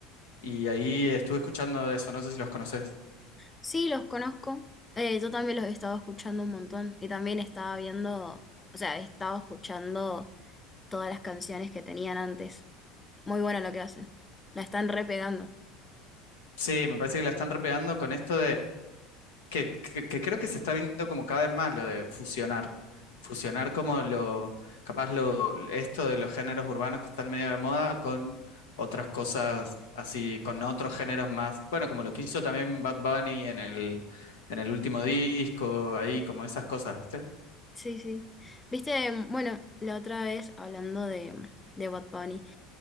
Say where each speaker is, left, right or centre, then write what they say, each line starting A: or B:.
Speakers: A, on the left (about 80°); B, on the left (about 15°).
A: y ahí estuve escuchando de eso, no sé si los conoces.
B: Sí, los conozco. Eh, yo también los he estado escuchando un montón y también estaba viendo, o sea, he estado escuchando todas las canciones que tenían antes. Muy bueno lo que hacen. La están repegando.
A: Sí, me parece que la están repegando con esto que, que- que creo que se está viendo como cada vez más lo de fusionar. Fusionar como lo, capaz lo, esto de los géneros urbanos que están medio de moda con otras cosas así, con otros géneros más. Bueno, como lo que hizo también Bad Bunny en el, en el último disco, ahí, como esas cosas, ¿viste?
B: Sí, sí. Viste, em, bueno, la otra vez hablando de, de Bad Bunny.